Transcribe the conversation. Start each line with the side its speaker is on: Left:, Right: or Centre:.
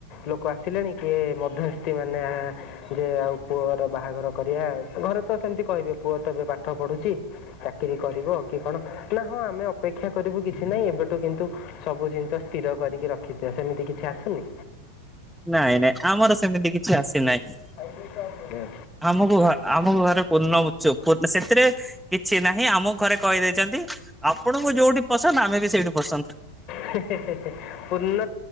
Left: ଲୋକ ଆସିଲେଣି କିଏ ମଧ୍ୟସ୍ଥି ମାନେ ଯେ ଆଉ ପୁଅର ବାହାଘର କରିୟା। ଘରେ ତ ସେମିତି କହିବେ ପୁଅ ତ ଏବେ ପାଠ ପଢୁଚି ଚାକିରି କରିବ କି କଣ ନା ହଁ ଆମେ ଅପେକ୍ଷା କରିବୁ କିଛି ନାହିଁ ଏବେଠୁ କିନ୍ତୁ ସବୁ ଜିନିଷ ସ୍ଥିର କରିକି ରଖିଥିବ ସେମିତି କିଛି ଆସୁନି।
Centre: ନାଇଁ ନାଇଁ ଆମର ସେମିତି କିଛି ଆସିନାଇ।
Left: ହୁଁ।
Centre: ଆମକୁ ଘ ଆମକୁ ଘରେ ପୂର୍ଣ୍ଣ ମୁଚକ ପାଇଁ ସେଥିରେ କିଛି ନାହିଁ ଆମକୁ ଘରେ କହିଦେଇଚନ୍ତି ଆପଣଙ୍କୁ ଯୋଉଠି ପସନ୍ଦ ଆମେ ବି ସେଇଠି ପସନ୍ଦ।
Left: ହେ ହେ ହେ ପୂର୍ଣ